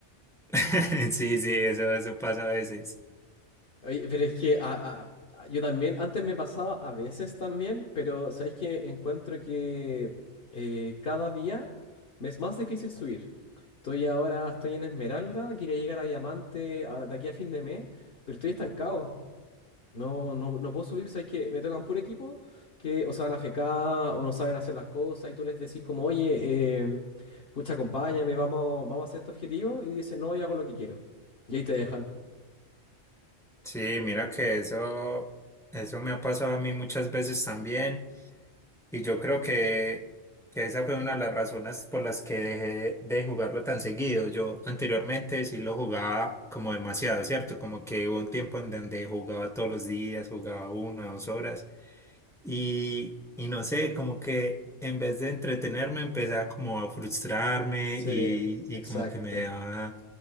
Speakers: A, in the centre; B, on the left.
A: <laughs> Sí, sí, eso, eso pasa a veces.
B: Oye, pero es que a- a- a- yo también, antes me pasaba a veces también, pero sabéis que encuentro que eh, cada día me es más difícil subir. Estoy ahora, estoy en Esmeralda, quería llegar a Diamante a- de aquí a fin de mes, pero estoy estancado. No, no, no puedo subir, sabes que me tocan puro equipo que o se van a fecar o no saben hacer las cosas y tú les decís como, oye, eh, pucha, acompáñame, vamos, vamos a hacer este objetivo y dicen, no, yo hago lo que quiero. Y ahí te dejan.
A: Sí, mira que eso, eso me ha pasado a mí muchas veces también. Y yo creo que, que esa fue una de las razones por las que dejé de jugarlo tan seguido. Yo anteriormente sí lo jugaba como demasiado, ¿cierto? Como que hubo un tiempo en donde jugaba todos los días, jugaba una, dos horas. Y, y no sé, como que en vez de entretenerme, empezaba como a frustrarme
B: Sí,
A: y,
B: exacto.
A: y como que me daba